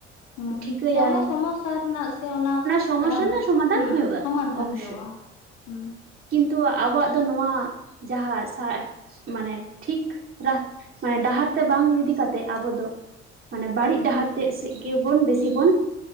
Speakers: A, on the left; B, on the right.
A: ᱦᱩᱸ
B: ᱴᱷᱤᱠᱟᱹᱭᱟᱭ
A: ᱥᱮ ᱚᱱᱟ ᱥᱚᱢᱚᱥᱟ ᱨᱮᱱᱟᱜ ᱥᱮ ᱚᱱᱟ
B: ᱥᱚᱢᱚᱥᱥᱟ
A: ᱡᱟᱦᱟᱸ
B: ᱨᱮᱱᱟᱜ ᱥᱚᱢᱟᱫᱷᱟᱱ
A: ᱦᱩᱸ
B: ᱦᱩᱭᱩᱜᱼᱟ
A: ᱥᱚᱢᱟᱫᱷᱟᱱ
B: ᱚᱵᱚᱥᱥᱳᱭ
A: ᱦᱩᱭᱩᱜᱼᱟ᱾ ᱦᱩᱸ᱾
B: ᱠᱤᱱᱛᱩ ᱟᱵᱚᱣᱟᱜ ᱫᱚ ᱱᱚᱣᱟ ᱡᱟᱦᱟᱸ ᱥᱟ ᱢᱟᱱᱮ ᱴᱷᱤᱠ ᱨᱟᱦ ᱢᱟᱱᱮ ᱰᱟᱦᱟᱨ ᱛᱮ ᱵᱟᱝ ᱤᱫᱤ ᱠᱟᱛᱮᱜ ᱟᱵᱚ ᱫᱚ ᱢᱟᱱᱮ ᱵᱟᱹᱲᱤᱡ ᱰᱟᱦᱟᱨ ᱛᱮᱜ ᱥᱮᱜ ᱜᱮᱵᱚᱱ ᱵᱮᱥᱤ ᱵᱚᱱ